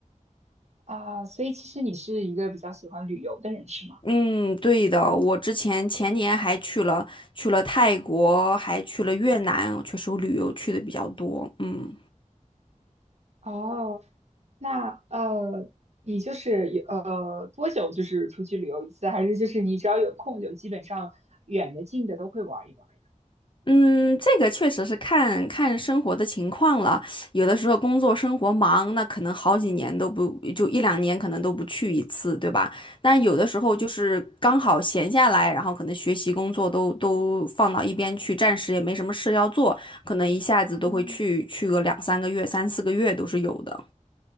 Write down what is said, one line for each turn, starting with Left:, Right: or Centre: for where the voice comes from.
Right: 啊、所以其实你是一个比较喜欢旅游的人，是吗？
Left: 嗯，对的，我之前前年还去了去了泰国，还去了越南，确实我旅游去的比较多。嗯
Right: 哦，那呃，你就是有呃多久就是出去旅游一次，还是就是你只要有空就基本上远的近的都会玩一玩呀？
Left: 嗯，这个确实是看看生活的情况了，有的时候工作生活忙，那可能好几年都不，就一两年可能都不去一次，对吧？但有的时候就是刚好闲下来，
Right: 嗯
Left: 然后可能学习工作都都放到一边去，暂时也没什么事要做，可能一下子都会去去个两三个月、
Right: 嗯，
Left: 三四个月都是有的。